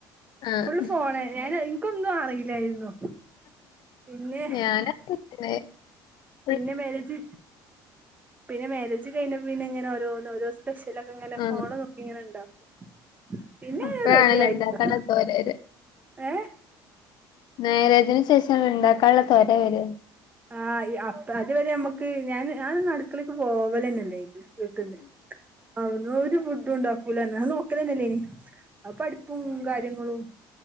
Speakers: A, on the left (about 55°); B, on the right (about 20°).
A: ആഹ്.
B: ഫുള്ള് ഫോണ് ഞാൻ എനിക്കൊന്നും അറിയില്ലായിരുന്നു പിന്നെ
A: ഞാനാെ <unintelligible>
B: പിന്നെ മാരേജ് പിന്നെ മാരേജ് കഴിഞ്ഞപ്പോ പിന്നെ ഇങ്ങനെ ഓരോന്ന് ഓരോ സ്പെഷ്യലൊക്കെ ഇങ്ങനെ
A: ആ
B: ഫോൺ നോക്കി ഇങ്ങനെ ഇണ്ടാക്കും പിന്നങ്ങനെ
A: അപ്പഴാണല്ലോ
B: റെഡി ആയിട്ടോ
A: ഇണ്ടാക്കാനുള്ള തോര വര.
B: ഏഹ്
A: മേരേജിന് ശേഷാണ് ഉണ്ടാക്കാനുള്ള തൊര വര
B: ആഹ് അപ്പ അതുവരെ നമ്മുക്ക് ഞാൻ ഞാനൊന്നും അടുക്കളേക്ക് പോവലന്നെല്ലേര്ന്ന് വീട്ട്ന്ന് അവ്ട്ന്നെരു ഫുഡും ഇണ്ടാക്കൂല ഞാൻ നോക്കലന്നെല്ലനി ആ പഠിപ്പും കാര്യങ്ങളും